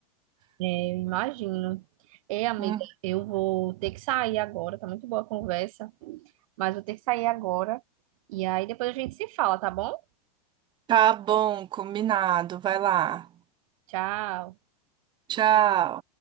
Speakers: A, on the right; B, on the right.
A: É, Eu imagino. Ei, amiga,
B: Hum.
A: eu vou ter que sair agora. Tá muito boa a conversa, mas vou ter que sair agora. E aí depois a gente se fala, tá bom?
B: Tá bom, combinado. Vai lá.
A: Tchau.
B: Tchau.